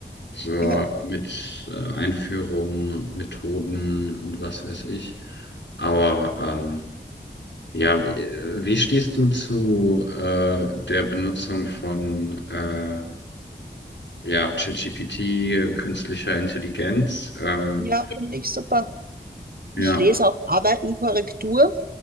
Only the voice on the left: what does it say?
so
mit äh, Einführung, Methoden und was weiß ich. Aber ähm, ja, wie, wie stehst du zu äh, der Benutzung von äh, ja, ChatGPT, äh, künstlicher Intelligenz? Ähm,
ja.